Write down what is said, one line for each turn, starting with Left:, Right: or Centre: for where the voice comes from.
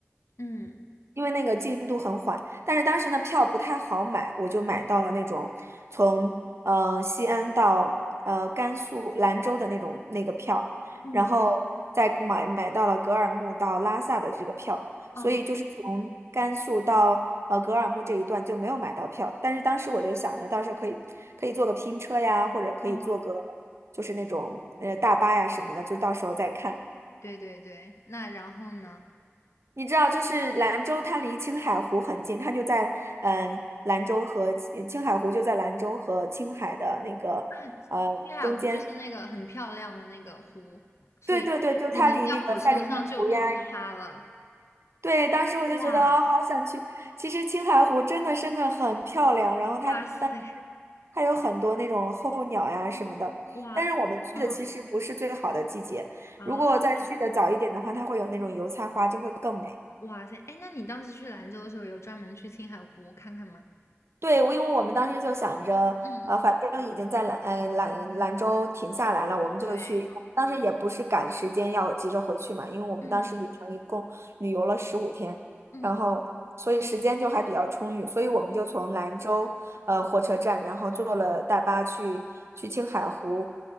Left: 嗯
Right: 因为那个进度很缓，但是当时呢票不太好买，我就买到了那种从呃西安到呃甘肃兰州的那种那个票，
Left: 嗯，
Right: 然后再买买到了格尔木到拉萨的这个票，
Left: 哦
Right: 所以就是从甘肃到呃格尔木这一段就没有买到票，但是当时我就想着到时候可以可以坐个拼车呀，或者可以坐个
Left: 哦，
Right: 就是那种呃大巴呀什么的，就到时候再看。
Left: 对对对对。那然后呢？
Right: 你知道，就是兰州，它离青海湖很近，它就在嗯、呃兰州和青青海湖就在兰州和青海的那个呃中间。
Left: 那青海湖就是那个很漂亮的那个湖，所以你们在火车上就路过它了。
Right: 对对对，就它离那个赛里木湖呀，对，当时我就觉得啊、
Left: 哇
Right: 好想去。其实青海湖真的真的很漂亮，然后它当时它有很多那种候鸟呀什么的，
Left: 哇塞，嗯哇那嗯
Right: 但是我们去的其实不是最好的季节，
Left: 啊
Right: 如果再去的早一点的话，它会有那种油菜花，就会更美。
Left: 哇塞，哎，那你当时去兰州的时候，有专门去青海湖看看吗？
Right: 对，我因为我们当时就想着，
Left: 嗯，
Right: 呃，反正已经在兰呃兰兰州停下来了，我们就去。
Left: 对，
Right: 当时也不是赶时间要急着回去嘛，因为我们当时旅程一共旅游了十五天，
Left: 嗯嗯嗯，
Right: 然后所以时间就还比较充裕，所以我们就从兰州呃火车站，然后坐了大巴去去青海湖，